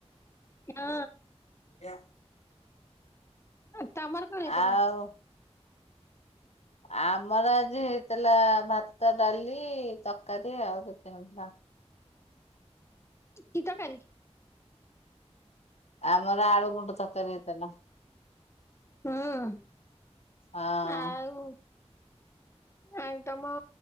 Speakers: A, on the left (about 25°); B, on the left (about 70°).
A: ନା।
B: ଆଜ୍ଞା।
A: ଅ ତମର କଣ ହେଇଥିଲା?
B: ଆଉ ଆମର ଆଜି ହେଇଥିଲା ଭାତ୍ ଭାତ ଡାଲି ତରକାରୀ ଆଉ କେତେ ଆଉ
A: କି ତରକାରି?
B: ଆମର ଆଳୁ ଗୁଣ୍ଡ ତରକାରୀ ହେଇଥିଲା।
A: ହୁଁ
B: ହଁ
A: ଆଉ ଉ ତମ